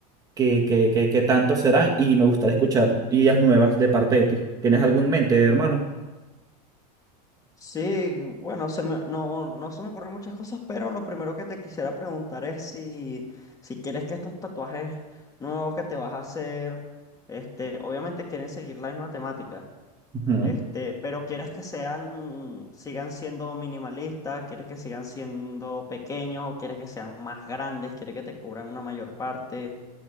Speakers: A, on the right; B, on the left.
A: qué, qué, qué, qué tanto serán y me gustaría escuchar ideas nuevas de parte de ti. ¿Tienes algo en mente, hermano?
B: Sí, bueno, se me, no, no se me ocurren muchas cosas, pero lo primero que te quisiera preguntar es si, si quieres que estos tatuajes nuevos que te vas a hacer, este, obviamente quieren seguir la misma temática,
A: Ujú.
B: este, pero quieres que sean, sigan siendo minimalistas, quieres que sigan siendo pequeños o quieres que sean más grandes, quieres que te cubran una mayor parte.